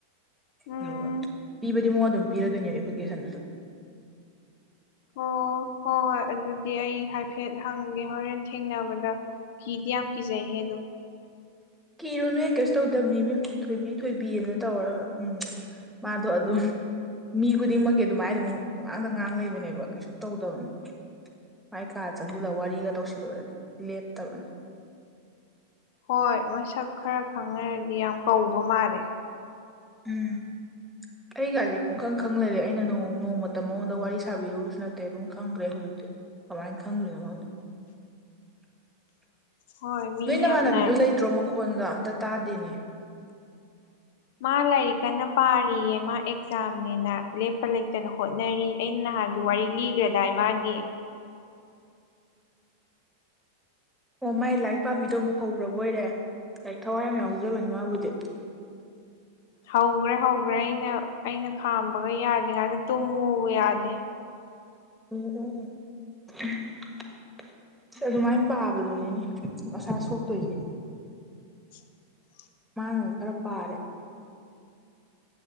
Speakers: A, on the left; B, in the centre.
A: ꯎꯝ
B: ꯑꯗꯨꯒ ꯄꯤꯕꯗꯤ ꯃꯉꯣꯟꯗ ꯑꯗꯨꯝ ꯄꯤꯔꯗꯣꯏꯅꯦ ꯅꯦꯄ꯭ꯂꯤꯀꯦꯁꯟꯗꯨꯁꯨ
A: ꯑꯣ ꯍꯣꯏ ꯍꯣꯏ ꯑꯗꯨꯗꯤ ꯑꯩ ꯍꯥꯏꯐꯦꯠ ꯍꯪꯒꯦ ꯍꯣꯔꯦꯟ ꯊꯦꯡꯅꯕꯗ ꯀꯤꯗꯤ ꯌꯥꯝ ꯀꯤꯖꯩꯍꯦ ꯑꯗꯣ
B: ꯀꯤꯔꯣꯅꯨ ꯍꯦ ꯀꯩꯁꯨ ꯇꯧꯗꯕꯅꯤ ꯏꯕꯦꯝ ꯊꯣꯏꯕꯤ ꯊꯣꯏꯕꯤꯑꯅ ꯇꯧꯔꯒ ꯎꯝ ꯃꯥꯗꯣ ꯑꯗꯨꯝ ꯃꯤ ꯈꯨꯗꯤꯡꯃꯛꯀꯤ ꯑꯗꯨꯃꯥꯏꯅ ꯑꯗꯨꯝ ꯄꯨꯉꯥꯡꯗ ꯉꯥꯡ ꯂꯩꯕꯅꯦꯕ ꯀꯩꯁꯨ ꯇꯧꯗꯕꯅꯤ ꯃꯥꯏ ꯀꯥ ꯆꯪꯁꯤꯜꯂ ꯋꯥꯔꯤꯒ ꯇꯧꯁꯤꯜꯂꯨꯔꯗꯤ ꯂꯦꯞꯇꯕꯅꯤ
A: ꯍꯣꯏ ꯃꯁꯛ ꯈꯔ ꯈꯪꯅꯔꯗꯤ ꯌꯥꯝ ꯀꯧꯕ ꯃꯥꯜꯂꯦ
B: ꯎꯝ ꯑꯩꯒꯥꯁꯦ ꯄꯨꯡꯈꯪ ꯈꯪ ꯂꯩꯔꯦ ꯑꯩꯅ ꯅ ꯅꯣꯡꯃꯇ ꯃꯉꯣꯟꯗ ꯋꯥꯔꯤ ꯁꯥꯕꯤꯔꯨꯕꯁꯨ ꯅꯠꯇꯦ ꯑꯗꯨꯝ ꯈꯪꯗꯈꯔꯦ ꯍꯧꯖꯤꯛꯇꯤ ꯀꯃꯥꯏꯅꯨ ꯈꯪꯒꯔ꯭ꯤꯅꯣ ꯈꯪꯗꯦ
A: ꯍꯣꯏ ꯃꯤ
B: ꯅꯣꯏ ꯅꯃꯥꯟꯅꯕꯤꯗꯨ
A: ꯌꯥꯝꯅ
B: ꯂꯩꯇ꯭ꯔꯣ ꯃꯈꯣꯟꯒ ꯑꯝꯇ ꯇꯥꯗꯦꯅꯦ
A: ꯃꯥ ꯂꯥꯏꯔꯤꯛ ꯀꯟꯅ ꯄꯥꯔꯤꯌꯦ ꯃꯥ ꯑꯦꯛꯖꯥꯝꯅꯦꯅ ꯂꯦꯞꯄ ꯂꯩꯇꯅ ꯍꯣꯠꯅꯔꯤ ꯑꯩ ꯅꯍꯥꯟꯁꯨ ꯋꯥꯔꯤ ꯂꯤꯒꯔꯗꯥꯏ ꯃꯥꯒꯤ
B: ꯑꯣ ꯃꯥꯏ ꯂꯥꯏꯔꯤꯛ ꯄꯥꯝꯕꯤꯗꯣ ꯑꯃꯨꯛ ꯍꯧꯈ꯭ꯔꯕ ꯑꯣꯏꯔꯦ ꯂꯥꯏꯔꯤꯛ ꯊꯋꯥꯏ ꯌꯥꯝ ꯌꯥꯎꯖꯕꯅꯤ ꯃꯥꯕꯨꯗꯤ
A: ꯍꯧꯈ꯭ꯔꯦ ꯍꯧꯈ꯭ꯔꯦ ꯑꯩꯅ ꯑꯩꯅ ꯈꯥꯝꯕꯒ ꯌꯥꯗꯦꯉꯛꯇ ꯇꯨꯝꯃꯨꯕ ꯌꯥꯗꯦ
B: <unintelligible> ꯑꯗꯨꯃꯥꯏ ꯄꯥꯕꯗꯨꯅꯤꯅꯦ ꯃꯁꯥ ꯁꯣꯛꯇꯣꯏꯁꯦ
A: <unintelligible>
B: ꯃꯥꯅꯒ ꯈꯔ ꯄꯥꯔꯦ